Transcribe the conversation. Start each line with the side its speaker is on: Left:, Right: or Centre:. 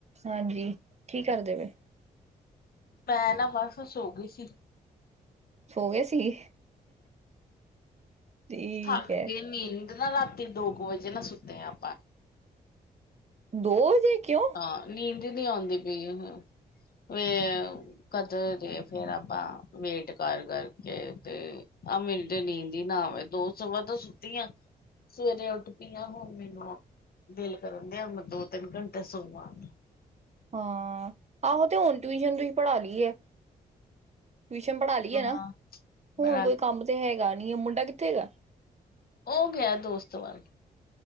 Right: ਹਾਂਜੀ ਕੀ ਕਰਦੇ ਪਏ?
Left: ਮੈਂ ਨਾ ਬਸ ਸੋ ਗਈ ਸੀ।
Right: ਸੋ ਗਏ ਸੀ। ਠੀਕ
Left: ਥੱਕਦੇ
Right: ਹੈ
Left: ਨੀ ਦ ਨਾ ਰਾਤੀ ਦੋ ਕ ਵਜੇ ਨਾ, ਸੁੱਤੇ ਆ ਆਪਾਂ।
Right: ਦੋ ਵਜੇ ਕਿਉਂ?
Left: ਆ, ਨੀਂਦ ਨੀ ਆਂਦੀ ਪਈ ਹ ਕਰਦੇ ਜੇ ਫੇਰ ਆਪਾਂ ਵੇਟ ਕਰ-ਕਰ ਕੇ 'ਤੇ ਆਹ ਮੈਂਨੂੰ ਤੇ ਨੀਂਦ ਈ ਨਾ ਆਵੇ। ਦੋ- ਸਵਾਂ ਦੋ ਸੁੱਤੀ ਆਂ। ਸਵੇਰੇ ਉੱਠ ਪੀ ਆ ਹੁਣ ਮੈਨੂੰ, ਦਿਲ ਕਰਨ ਦਿਆਂ ਮੈਂ ਦੋ-ਤਿੰਨ ਘੰਟੇ ਸੋਵਾਂ।
Right: ਹਾਂ ਆਹੋ 'ਤੇ ਹੁਣ ਟਿਊਸ਼ਨ ਤੁਸੀਂ ਪੜ੍ਹਾ ਲੀ ਐ। ਟਿਊਸ਼ਨ ਪੜ੍ਹਾ ਲੀ
Left: ਹਾਂ
Right: ਐ ਨਾ, ਹੁਣ
Left: ਬਣਾ
Right: ਕੋਈ
Left: ਲ
Right: ਕੰਮ 'ਤੇ ਹੈਗਾ ਨੀ ਮੁੰਡਾ ਕਿੱਥੇ ਹੈਗਾ?
Left: ਉਹ ਗਿਆ ਦੋਸਤ ਵਲ਼।